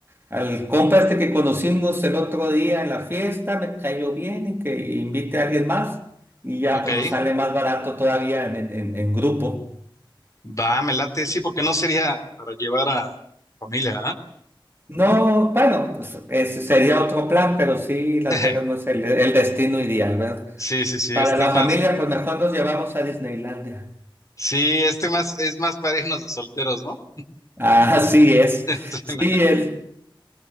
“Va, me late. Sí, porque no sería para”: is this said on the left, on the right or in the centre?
Left